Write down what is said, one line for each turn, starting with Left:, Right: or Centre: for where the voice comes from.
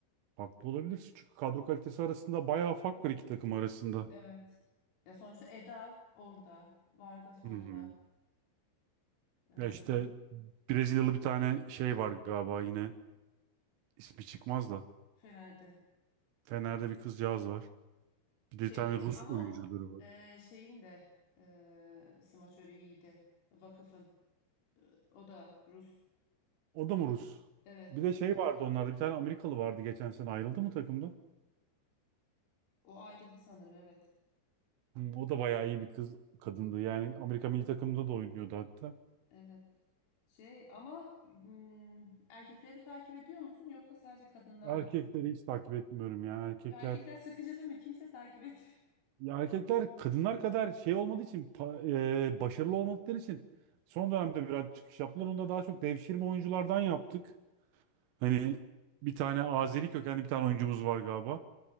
Right: Haklı olabilirsin çünkü kadro kalitesi arasında bayağı fark var iki takım arasında.
Left: Evet. Ya sonuçta Eda orada, Vargas orada,
Right: Hı hı.
Left: eee
Right: Ya işte Brezilyalı bir tane şey var galiba yine ismi çıkmaz da.
Left: Fener'de.
Right: Fener'de bir kızcağız var. Bir de
Left: Şeyde
Right: bir tane Rus
Left: ama
Right: oyuncuları var.
Left: e, şeyin de e, smaçörü iyiydi. Vakıf'ın. E, O da Rus.
Right: O da mı Rus?
Left: Evet.
Right: Bir de şey vardı onlarda. Bir tane Amerikalı vardı geçen sene. Ayrıldı mı takımda?
Left: O ayrıldı sanırım. Evet.
Right: Hmm, o da bayağı iyi bir kız kadındı. Yani Amerika milli takımında da oynuyordu hatta.
Left: Evet. Şey ama mm, erkekleri takip ediyor musun yoksa sadece kadınlar
Right: Erkekleri
Left: mı?
Right: hiç takip etmiyorum ya. Erkekler
Left: Ya erkekler sıkıcı değil mi? Kimse takip etmiyor.
Right: ya erkekler kadınlar kadar şey olmadığı için pa- e, başarılı olmadıkları için son dönemde biraz çıkış yaptılar. Onu da daha çok devşirme oyunculardan yaptık. Hani bir tane Azeri kökenli bir tane oyuncumuz var galiba.